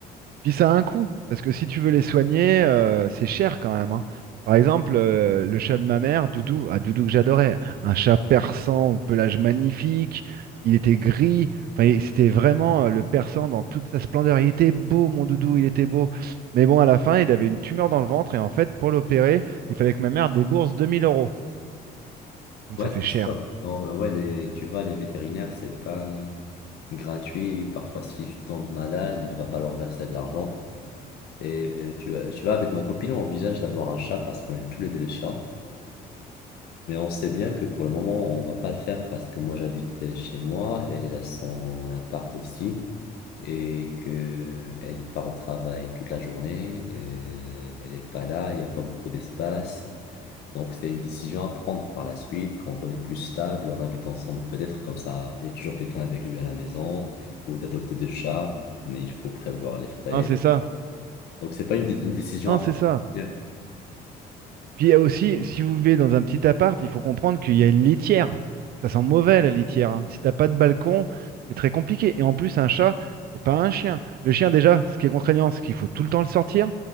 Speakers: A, on the right; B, on the left.
A: Puis ça a un coût, parce que si tu veux les soigner, euh, c'est cher quand même, hein. Par exemple, euh, le chat de ma mère, Doudou, ah, Doudou que j'adorais, un chat persan, au pelage magnifique, il était gris, enfin il- c'était vraiment euh, le persan dans toute sa splendeur. Il était beau, mon Doudou, il était beau. Mais bon, à la fin, il avait une tumeur dans le ventre, et en fait, pour l'opérer, il fallait que ma mère débourse 2000 euros. Donc
B: Ouais,
A: ça fait
B: c'est
A: cher.
B: sûr. Non, euh, ouais, les, tu vois, les vétérinaires, c'est pas gratuit. Parfois, s'il tombe malade, il va falloir verser de l'argent. Et euh, tu, vois- tu vois, avec ma copine, on envisage d'avoir un chat parce qu'on aime tous les deux les chats. Mais on sait bien que pour le moment, on va pas le faire parce que moi, j'habite chez moi, elle elle a son appart aussi et que elle part au travail toute la journée. euh, elle est pas là, il n'y a pas beaucoup d'espace. Donc, c'est une décision à prendre par la suite quand on est plus stable, on habite ensemble peut-être comme ça, il y a toujours quelqu'un avec lui à la maison ou d'adopter deux chats, mais il faut prévoir les frais.
A: Non, c'est ça.
B: Donc, c'est pas une, dé- une décision
A: Non,
B: à
A: c'est
B: prendre.
A: ça. Puis il y a aussi, si vous vivez dans un petit appart, il faut comprendre qu'il y a une litière. Ça sent mauvais la litière. hein. Si t'as pas de balcon, c'est très compliqué. Et en plus, un chat, c'est pas un chien. Le chien, déjà, ce qui est contraignant, c'est qu'il faut tout le temps le sortir.